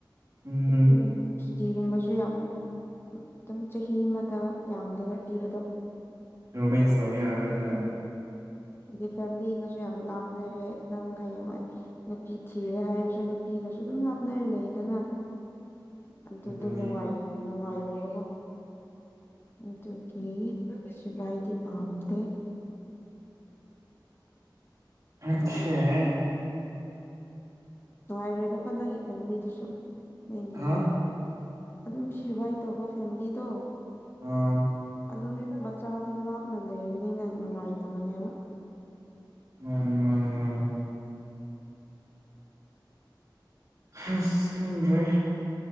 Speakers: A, on the right; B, on the left.
A: ꯎꯝ
B: ꯍꯥꯏꯗꯤ ꯁꯨꯇꯤꯒꯨꯝꯕꯁꯨ ꯌꯥꯝ ꯑꯗꯨꯝ ꯆꯍꯤ ꯑꯃꯗ ꯌꯥꯝꯗꯦꯗꯥ ꯄꯤꯕꯗꯣ
A: ꯔꯣꯃꯦꯟꯁ ꯇꯧ ꯌꯥꯔꯣꯏꯗꯅ
B: ꯑꯩꯗꯤ ꯐꯦꯃꯤꯂꯤꯒꯁꯨ ꯌꯥꯝ ꯂꯥꯞꯅꯔꯦ ꯅꯪ ꯍꯌꯦꯡꯋꯥꯏ ꯅꯨꯄꯤ ꯊꯤꯔꯦ ꯍꯥꯏꯔꯁꯨ ꯅꯨꯄꯤ ꯒꯁꯨ ꯑꯗꯨꯝ ꯂꯞꯅꯔ ꯂꯩꯔꯦꯗꯅ ꯑꯗꯨꯗꯣ
A: ꯑꯗꯨꯅꯦ
B: ꯅꯨꯡꯉꯥꯏ ꯅꯨꯡꯉꯥꯏꯔꯣꯏꯕꯀꯣ ꯑꯗꯨꯒꯤ ꯁꯤꯕꯥꯏꯗꯤ ꯄꯥꯝꯗꯦ ꯑꯗꯨꯝ
A: ꯑꯠꯊꯤꯏ
B: ꯅꯨꯡꯉꯥꯏꯔꯣꯏꯕꯀꯣ ꯅꯪꯒꯤ ꯐꯦꯃꯤꯂꯤꯗꯨꯁꯨ ꯅꯪꯒꯤ
A: ꯍꯥ
B: ꯑꯗꯨꯝ ꯁꯤꯕꯥꯏ ꯇꯧꯕ ꯐꯦꯃꯤꯂꯤꯗꯣ
A: ꯑꯥ
B: ꯑꯗꯨꯝ ꯃꯆꯥꯗꯨ ꯂꯥꯞꯅ ꯂꯩꯕꯅꯤꯅ ꯅꯨꯡꯉꯥꯏꯇꯕꯅꯦꯕ
A: ꯃꯥꯅꯦ ꯃꯥꯅꯦ ꯃꯥꯅꯦ ꯑ ꯍꯥꯁ ꯈꯪꯗ꯭ꯔꯦ